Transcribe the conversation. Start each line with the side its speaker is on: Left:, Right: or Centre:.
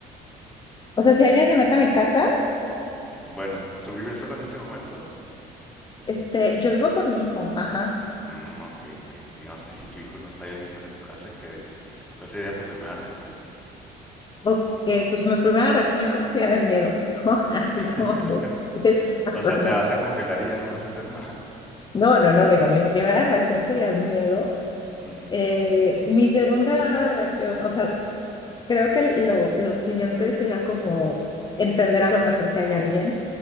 Left: O sea, si alguien se mete a mi casa,
Centre: Bueno, ¿tú vives sola en este momento?
Left: este, yo vivo con mi hijo, ajá.
Centre: Mm, ok, ok. Digamos que si tu hijo no está y alguien se mete a tu casa, ¿qué harías? ¿Cuál sería tu primera reacción?
Left: Ok, pues mi primera reacción yo creo que sería de miedo, <laughs> ¿no? Así
Centre: <laughs>
Left: como de, ¿qué está pasando?
Centre: O sea, te vas a congelar y ya no vas a hacer nada.
Left: No, no, no, digo, mi primera reacción sería miedo.
Centre: Ujú.
Left: Eh, mi segunda reacción, o sea, Creo que lo, lo siguiente sería como entender a lo mejor que hay alguien.